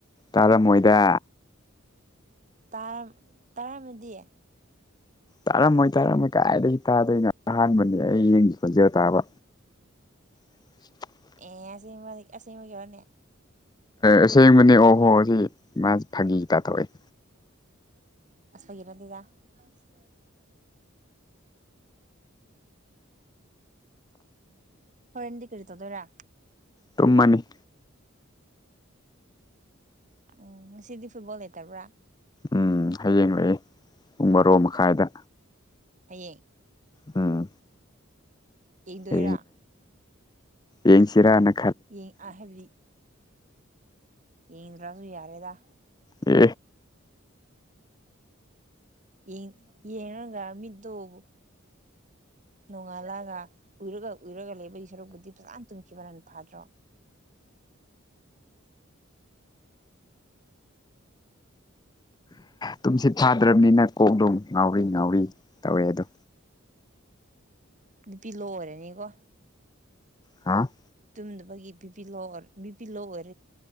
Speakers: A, on the left; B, on the right.
A: ꯇꯥꯔꯝꯃꯣꯏꯗ
B: ꯇꯝ ꯇꯥꯔꯝ ꯃꯗꯤ
A: ꯇꯥꯔꯝꯃꯣꯏ ꯇꯥꯔꯝꯃꯣꯏ ꯀꯥꯏꯗꯒꯤ ꯇꯥꯗꯣꯏꯅꯣ ꯑꯍꯥꯟꯕꯅꯦ ꯑꯩ ꯅꯪꯒꯤ ꯈꯣꯟꯖꯦꯜ ꯇꯥꯕ <inaudible>
B: ꯑꯦ ꯑꯁꯤꯕ ꯑꯁꯤꯕ ꯒꯤꯔꯅꯦ
A: ꯑꯁꯦꯡꯕꯅꯦ ꯑꯣꯍꯣ ꯁꯤ ꯃꯥꯁꯤ ꯐꯥꯒꯤ ꯇꯥꯊꯣꯛꯏꯦ
B: ꯑꯁ ꯏꯔꯗꯤꯗ ꯁ ꯍꯣꯏꯗꯤ ꯀꯔꯤ ꯇꯗꯣꯏꯔꯥ
A: ꯇꯨꯝꯃꯅꯤ
B: ꯎꯝ ꯁꯤꯗꯤ ꯐꯨꯠꯕꯣꯜ ꯂꯩꯦꯇꯔꯕ꯭ꯔꯥ
A: ꯎꯝ ꯍꯌꯦꯡꯡꯂꯛꯏ ꯄꯨꯡ ꯕꯥꯔꯣ ꯃꯈꯥꯏꯗ
B: ꯍꯌꯦꯡ
A: ꯑꯥ
B: ꯌꯦꯡꯗꯣꯏꯔꯥ
A: ꯍꯦ ꯌꯦꯡꯡꯁꯤꯔꯥꯅ
B: ꯌꯦ ꯑꯍꯦꯕꯤ ꯏꯗ꯭ꯔꯁꯨꯏ ꯌꯥꯔꯦꯗ
A: ꯎ
B: ꯎꯝ ꯌꯦ ꯌꯦꯡꯒ ꯃꯤꯠꯇꯡ ꯅꯣꯡꯉꯥꯜꯂꯒ ꯎꯏꯔꯒ ꯎꯏꯔꯒ ꯂꯩꯕꯒꯤ ꯁꯔꯨꯛꯄꯨꯗꯤ ꯐꯖꯥꯟꯅ ꯇꯨꯝꯈꯤꯕ ꯅꯅ ꯐꯥꯗ꯭ꯔꯣ ꯇ
A: ꯇꯨꯝꯁꯤꯠ ꯊꯥꯗ꯭ꯔꯕꯅꯤꯅ ꯀꯣꯛ ꯂꯣꯡ ꯉꯥꯎꯔꯤ ꯉꯥꯎꯔꯤ ꯇꯧꯔꯦ ꯑꯗꯣ
B: ꯅꯨꯄꯤ ꯂꯣ ꯑꯣꯏꯔꯅꯤꯀꯣ
A: ꯍꯧ
B: ꯇꯨꯝꯅꯕꯒꯤ ꯕꯤꯄꯤ ꯂꯣꯔ ꯕꯤꯄꯤ ꯂꯣ ꯑꯣꯏꯔ